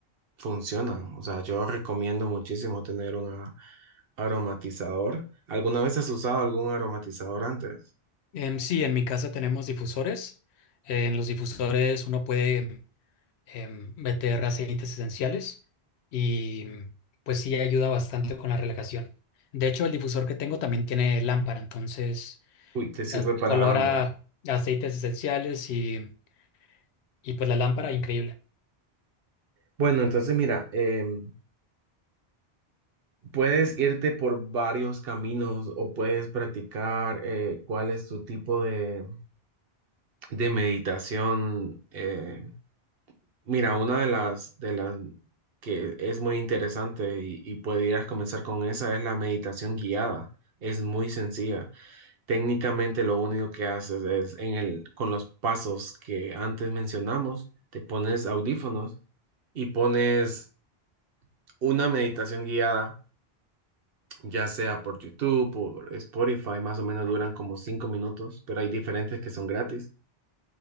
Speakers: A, on the right; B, on the left.
A: funcionan. O sea, yo recomiendo muchísimo tener un a- aromatizador. ¿Alguna vez has usado algún aromatizador antes?
B: Em, sí, en mi casa tenemos difusores. en los difusores uno puede em, meter aceites esenciales y pues sí ayuda bastante con la relajación. De hecho, el difusor que tengo también tiene lámpara, entonces
A: Uy, te sirve
B: as-
A: para
B: olor
A: ambos.
B: a aceites esenciales y Y pues la lámpara, increíble.
A: Bueno, entonces mira, em, Puedes irte por varios caminos o puedes practicar eh, cuál es tu tipo de, de meditación. eh. mira, una de las, de las que es muy interesante y, y podrías comenzar con esa es la meditación guiada. Es muy sencilla. Técnicamente lo único que haces es en el, con los pasos que antes mencionamos, te pones audífonos y pones una meditación guiada ya sea por YouTube, por Spotify, más o menos duran como cinco minutos, pero hay diferentes que son gratis.